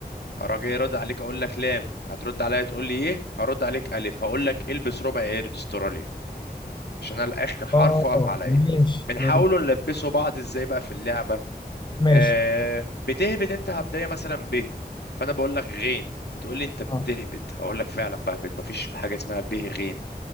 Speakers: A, on the left; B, on the left.
A: هراجع جاي ارد عليك اقول لك لام هترد عليا تقول لي ايه هرد عليك الف هقول لك البس ربع قرد استراليا عشان انا الاخر حرف
B: اه
A: وقف عليا
B: ماشي
A: بنحاولوا
B: ماشي
A: نلبسوا بعض ازاي بقى في اللعبه
B: ماشي
A: آه بتهبد انت هبدايه مثلا ب فانا بقول لك غين بتقول لي انت بتهبد
B: اه
A: هقول لك فعلا بهبد مفيش حاجه اسمها به غين